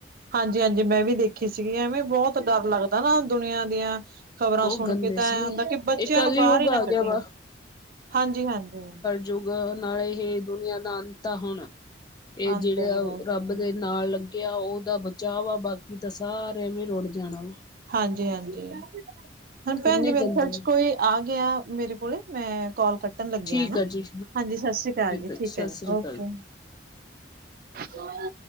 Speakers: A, on the right; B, on the left.
A: ਹਾਂਜੀ ਹਾਂਜੀ ਮੈਂ ਵੀ ਦੇਖੀ ਸੀਗੀ, ਐਵੇਂ ਬਹੁਤ ਡਰ ਲੱਗਦਾ ਨਾ ਦੁਨੀਆਂ ਦੀਆਂ। ਖ਼ਬਰਾਂ
B: ਬਹੁਤ
A: ਸੁਣ
B: ਗੰਦੇ
A: ਕੇ ਤਾਂ
B: ਸੀ
A: ਐ ਹੁੰਦਾ, ਕਿ ਬੱਚਿਆਂ
B: ਇਹ ਕੱਲ
A: ਨੂੰ ਬਾਹਰ
B: ਯੁੱਗ
A: ਹੀ
B: ਆ
A: ਨਾ ਕੱਢੀਏ
B: ਗਿਆ ਵਾ
A: ਹਾਂਜੀ ਹਾਂਜੀ।
B: ਕਲ ਯੁੱਗ ਨਾਲੇ ਇਹ ਦੁਨੀਆਂ ਦਾ ਅੰਤ ਆ ਹੁਣ। ਇਹ
A: ਅੰਤ
B: ਜਿਹੜੇ ਆ,
A: ਜੀ ਬਸ
B: ਰੱਬ ਦੇ ਨਾਲ। ਗਿਆ ਉਹਦਾ ਬਚਾਵ ਆ, ਬਾਕੀ ਤਾਂ ਸਾਰਿਆਂ ਰੁੜ ਜਾਣਾ ਵਾ।
A: ਹਾਂਜੀ ਹਾਂਜੀ, ਹਾਂ ਭੈਣ
B: ਕਿੰਨੇ
A: ਜੀ ਮੇਰੇ
B: ਗੰਦੇ
A: ਖਿਆਲ
B: ਨੇ
A: ਚ ਕੋਈ। ਆ ਗਿਆ ਮੇਰੇ ਕੋਲੇ, ਮੈਂ ਕਾਲ ਕੱਟ। ਕਟਣ ਲੱਗੀ
B: ਠੀਕ
A: ਆ ਨਾ,
B: ਜੀ
A: ਹਾਂਜੀ ਸਤਿ ਸ੍ਰੀ ਅਕਾਲ ਜੀ
B: ਆ
A: ਠੀਕ
B: ਸਤਿ
A: ਹੈ, ਜੀ
B: ਸ੍ਰੀ
A: ਓਕੇ।
B: ਅਕਾਲ
A: ਹਾਂ